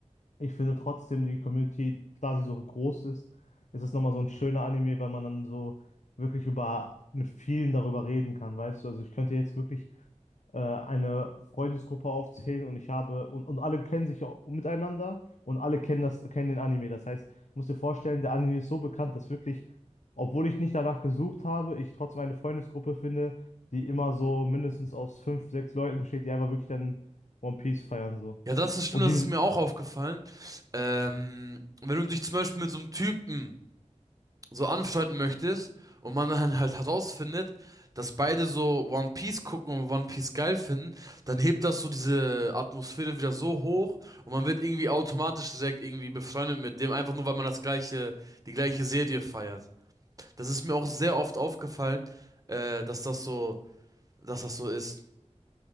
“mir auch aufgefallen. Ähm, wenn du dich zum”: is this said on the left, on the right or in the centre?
Right